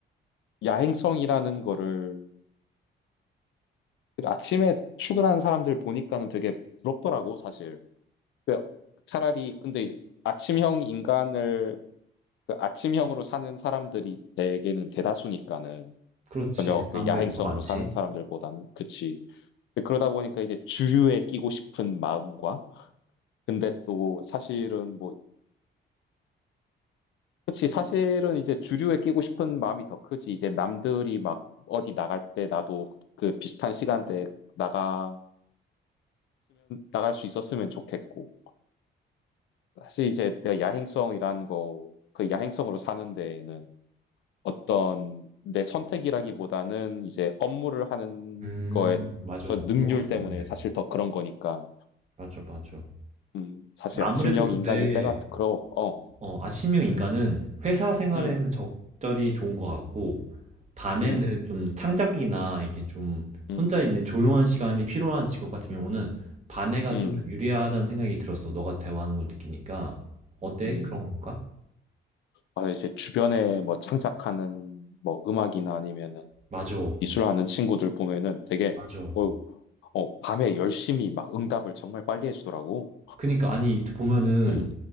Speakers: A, on the left (about 70°); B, on the right (about 35°).
A: 야행성이라는 거를 아침에 출근하는 사람들 보니까는 되게 부럽더라고 사실. 그 차라리 근데 이제 아침형 인간을 그 아침형으로 사는 사람들이 대개는 대다수니까는
B: 그렇지.
A: 저녁
B: 아무래도
A: 그 야행성으로
B: 더 많지.
A: 사는 사람들보다는 그치. 근데 그러다 보니까 이제 주류에 끼고 싶은 마음과 근데 또 사실은 뭐 그치 사실은 이제 주류에 끼고 싶은 마음이 더 크지 이제 남들이 막 어디 나갈 때 나도 그 비슷한 시간대에 나갔으면 나갈 수 있었으면 좋겠고 사실 이제 내가 야행성이라는 거 그 야행성으로 사는 데에는 어떤 내 선택이라기보다는 이제 업무를 하는
B: 음,
A: 거에서
B: 맞아. 언어가
A: 능률
B: 중요해.
A: 때문에
B: 음,
A: 사실 더 그런 거니까
B: 맞아, 맞아.
A: 음, 사실
B: 아무래도
A: 아침형
B: 근데
A: 인간일 때가 그러, 어.
B: 어, 아침형 인간은 회사 생활에는
A: 음,
B: 적절히 좋은 것 같고 밤에는
A: 음,
B: 좀 창작이나 이게 좀
A: 음,
B: 혼자 있는 조용한 시간이 필요한 직업 같은 경우는 밤에가
A: 음,
B: 좀 더 유리하다는 생각이 들었어. 너가 대화하는 걸 느끼니까 어때?
A: 음.
B: 그런 건가?
A: 아, 이제 주변에 뭐 창작하는 뭐 음악이나 아니면은
B: 맞아,
A: 미술하는 친구들 보면은 되게,
B: 맞아.
A: 어, 어, 밤에 열심히 막 응답을 정말 빨리 해주더라고.
B: 그니까 아니 보면은
A: 음,